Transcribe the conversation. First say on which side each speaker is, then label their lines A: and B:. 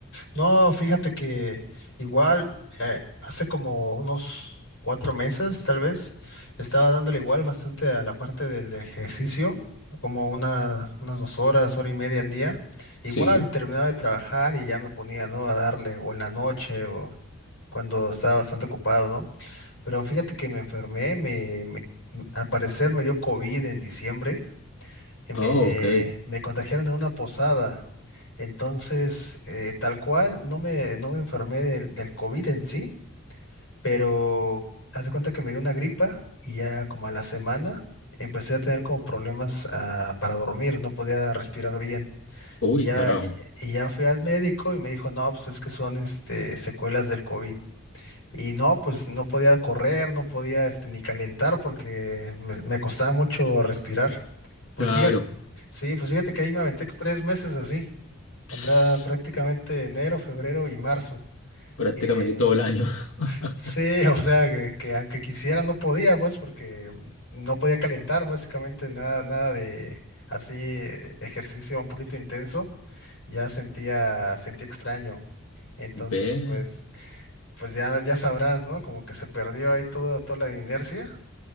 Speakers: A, on the left; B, on the left.
A: No, fíjate que igual eh, hace como unos cuatro meses, tal vez, estaba dándole igual bastante a la parte del ejercicio, como una, unas dos horas, hora y media al día. Igual
B: Sí.
A: terminaba de trabajar y ya me ponía, ¿no? A darle, o en la noche, o cuando estaba bastante ocupado, ¿no? Pero fíjate que me enfermé, me, me- al parecer me dio COVID en diciembre y me,
B: Ah, ok.
A: me contagiaron en una posada. Entonces, eh, tal cual, no me, no me enfermé del, del COVID en sí, pero haz de cuenta que me dio una gripa y ya como a la semana empecé a tener como problemas ah, para dormir, no podía respirar bien.
B: Uy,
A: Y ya,
B: carajo.
A: y ya fui al médico y me dijo, no, pues es que son este, secuelas del COVID. Y no, pues no podía correr, no podía este, ni calentar porque me me costaba mucho respirar. Pues
B: Claro.
A: fíjate, sí, pues fíjate que ahí me aventé tres meses así, o
B: <sniffs>
A: sea, prácticamente enero, febrero y marzo.
B: Prácticamente
A: que
B: todo el año. <laughs>
A: sí, <laughs> o sea, que, que aunque quisiera no podía, pues, porque no podía calentar básicamente nada, nada de así eh, ejercicio un poquito intenso, ya sentía, sentía extraño. Entonces,
B: Ve.
A: pues, pues ya, ya sabrás, ¿no? Como que se perdió ahí toda, toda la inercia.